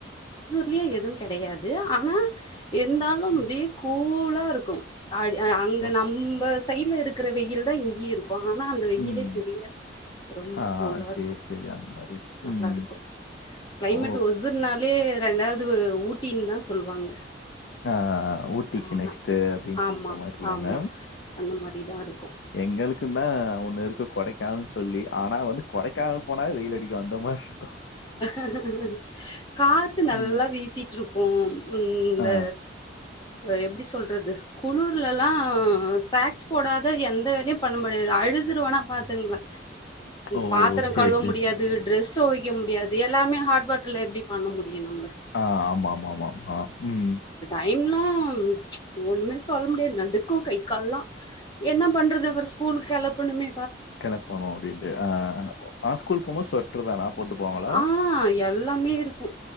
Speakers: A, on the left; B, on the left.
A: லியே எதுவு கெடையாது. ஆனா இருந்தாலும்
B: ம்.
A: அப்டியகூல். நல்லா இருக்கு. அடி அங்கனா.
B: ஓ!
A: நொம்ப சைடுல இருக்கிற வெயில்தா இங்கேயு இருக். இருக்கு ஆனா அந்த வெயிலே
B: ம்.
A: தெரியாது. ரொம்ப
B: ஆ
A: கூலா
B: சரி,
A: இருக்கு.
B: சரி. அந்த மாரி.
A: நல்லா
B: ம்.
A: இருக்கு கிளைமேட்
B: ஓ!
A: ஒசூருனாலே. ரெண்டாவது ஊட்டின்தா சொல்லுவாங்க.
B: ஆஹ ஊட்டிக்கு
A: ஆ-
B: நெக்ஸ்ட்டு அப்படின்னு
A: ஆமா
B: சொல்த்த மாரி சொல்லுவாங்க.
A: ஆமா அந்த மாரிதா இருக்கு
B: எங்களுக்கு தா ஒன்னு இருக்கு கொடைக்கானல். சொல்லி ஆனா வந்து கொடைக்கானலூக்கு போனாவே வெயில் அடிக்கு அந்த மாரி இருக்.
A: ஹஹேஹேஹ காத்து நல்லா
B: ம்.
A: வீசிட்டு இருக்கு. உம். உம்ந்த.
B: ஆ.
A: எப்படி சொல்றது குளர்ல்லா சாக்ஸ் போடாத எந்த வேலையும் பண்ண முடியாது அழுதுடுவேன்னா பாத்துக்கங்களே.
B: ஓ!
A: பாத்திரம்
B: சரி,
A: கழுவ
B: சரி.
A: முடியாது ட்ரெஸ். துவைக்க முடியாது. எல்லாமே ஹாட் வாட்டர் எப்படி பண்ண முடியு. நம்ம
B: ஆஹ ஆமா ஆமா ஆமா ஆமா உம்.
A: டைம்லாம் ம்ச் ஒண்ணுமே சொல்ல முடியாது நை. நடுக்கு கை கால்லா. என்ன பண்றது அப்றோ ஸ்கூலுக் கெலப். பனுமே.
B: கிளப்பணு அப்டின்றியா ஹ. நா ஸ்கூல் போகும்போது ஸ்வொட்டர்தா போட்டு போவாங்கள.
A: ஆஹ எல்லாமே இருக்கு.